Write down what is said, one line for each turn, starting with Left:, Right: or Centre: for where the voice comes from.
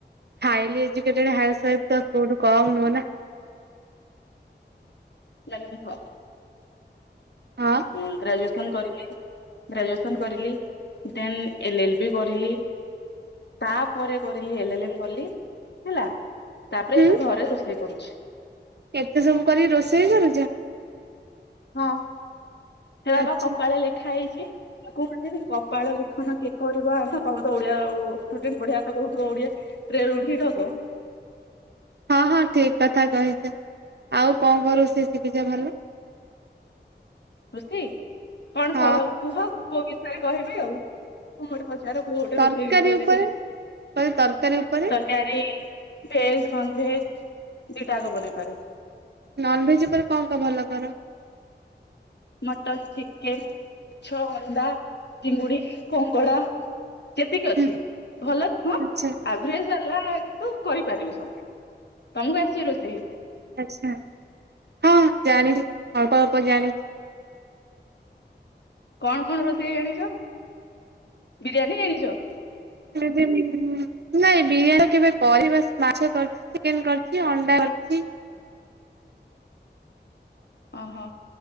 Right: ହାଇଲି ଏଜୁକେଟେଡ ହାଉସୱାଇଫ୍ ତ କୋଉଠୁ କମ୍ ନୁହଁ ନା।
Left: ନା ନା ଦେଖ
Right: ହଁ
Left: ଉଁହଁ ଗ୍ରାଜୁଏସନ୍ କରିଲି। ଗ୍ରାଜୁଏସନ୍ କରିଲି। ଦେନ୍ ଏଲ ଏଲ୍ ବି କରିଲି। ତାପରେ କରିଲି ଏଲ୍ ଏଲ୍ ଏମ୍ ପଢିଲି ହେଲା ତାପରେ
Right: ହୁଁ
Left: ଏବେ ଘରେ ରୋଷେଇ କରୁଛି।
Right: ଏତେ ସବୁ କରିକି ରୋଷେଇ କରୁଛ?
Left: ହଁ ସେୟା
Right: ଆଛା
Left: ବା କପାଳେ ଲେଖା ହେଇଛି। ଆଉ କୁହନ୍ତିନି କପାଳ ଲିଖନ କେ କରିବ ଆନ। ତମେ ତ ଓଡିଆ ଓ ଷ୍ଟୁଡେଣ୍ଟ ବଢିଆ ତ କହୁଥିବ ଓଡିଆ। <unintelligible> ରୁଢି ଢଗ।
Right: ହଁ ହଁ ଠିକ୍ କଥା କହିଛ। ଆଉ କଣ କଣ ରୋଷେଇ ଶିଖିଛ ଭଲ?
Left: ରୋଷେଇ? କଣ
Right: ହଁ
Left: କ କୁହ କୋଉ ବିଷୟରେ କହିବି ଆଉ। କଣ ଗୋଟେ ପଚାର? କୋଉ ଗୋଟେ
Right: ତରକାରୀ
Left: ରୋଷେଇ ବିଷୟରେ
Right: ଉପରେ
Left: ଆଉ।
Right: କହିଲି ତରକାରୀ ଉପରେ
Left: ତର୍ କାରୀ ଭେଜ୍ ନନଭେଜ୍ ଦିଟାଯାକ ବନେଇପାରେ।
Right: ନନଭେଜ୍ ଉପରେ କଣ କଣ ଭଲ କର?
Left: ମଟନ, ଚିକେନ, ମାଛ, ଅଣ୍ଡା, ଚିଙ୍ଗୁଡି, କଙ୍କଡ଼ା। ଯେତିକି ଅଛି
Right: ହୁଁ
Left: ଭଲ <unintelligible>
Right: ଆଛା
Left: ଆଉ? ଭେଜ୍ ବାଲା କିନ୍ତୁ କରିପାରିବି ସବୁ। ତମୁକୁ ଆସିବ ରୋଷେଇ?
Right: ଆଚ୍ଛା। ହଁ ଜାଣିଛି। ଅଳ୍ପ ଅଳ୍ପ ଜାଣିଛି।
Left: କଣ କଣ ରୋଷେଇ ଜାଣିଛ? ବିରିୟାନୀ ଜାଣିଛ?
Right: <unintelligible> ନାଇଁ ବିରିୟାନୀ ତ କେବେ କରିବା ଶି ମାଛ କରିଛି, ଚିକେନ୍ କରିଛି, ଅଣ୍ଡା କରିଛି।
Left: ଓହୋ